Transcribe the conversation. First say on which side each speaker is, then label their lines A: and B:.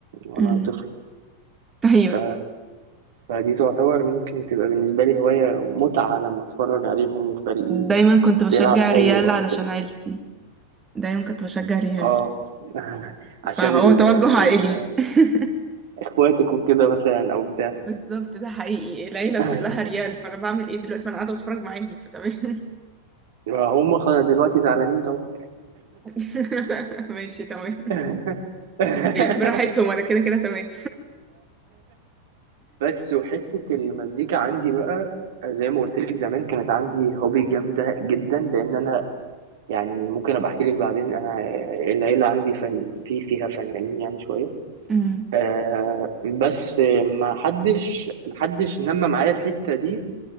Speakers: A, on the right; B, on the right.
A: من وانا
B: أمم.
A: طفل
B: <laughs> أيوة
A: ف... فدي تعتبر ممكن تبقى بالنسبة لي هواية ومتعة لما اتفرج عليهم وفريقي
B: دايما كنت بشجع
A: بيلعب حلو
B: الريال
A: او
B: علشان
A: كده
B: عيلتي دايما كنت بشجع ريال
A: اه <laughs> عشان
B: فهو
A: ال...
B: توجه
A: ال...
B: عائلي <laughs>
A: اخواتك وكده مثلا او بتاع
B: بالظبط ده حقيقي العيلة
A: <laughs>
B: كلها ريال فأنا بعمل إيه دلوقتي ما أنا قاعدة بتفرج معاهم فتمام
A: ما هم خ- دلوقتي زعلانين طبعا
B: <laughs> ماشي تمام
A: <laughs>
B: براحتهم أنا كده كده تمام
A: بس وحتة المزيكا عندي بقى زي ما قلت لك زمان كانت عندي هوبي جامدة جدا لأن أنا يعني ممكن أبقى أحكي لك بعدين أنا العيلة عندي فن في فيها فنانين يعني شوية
B: أمم،
A: آه بس ما حدش ما حدش نمى معايا الحتة دي